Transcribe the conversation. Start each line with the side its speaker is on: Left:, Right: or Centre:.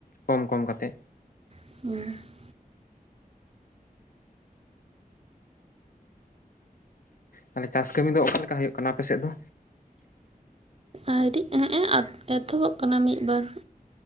Left: ᱠᱚᱢ ᱠᱚᱢ ᱠᱟᱛᱮᱜ᱾
Right: <unintelligible>
Left: ᱛᱟᱦᱚᱞᱮ ᱪᱟᱥ ᱠᱟᱹᱢᱤ ᱫᱚ ᱚᱠᱟ ᱞᱮᱠᱟ ᱦᱩᱭᱩᱜ ᱠᱟᱱᱟ ᱟᱯᱮ ᱥᱮᱫ ᱫᱚ?
Right: ᱟᱣᱨᱤ ᱦᱮᱸ-ᱮ ᱮᱛᱚᱦᱚᱵ ᱟᱠᱟᱱᱟ ᱢᱤᱫ ᱵᱟᱨ᱾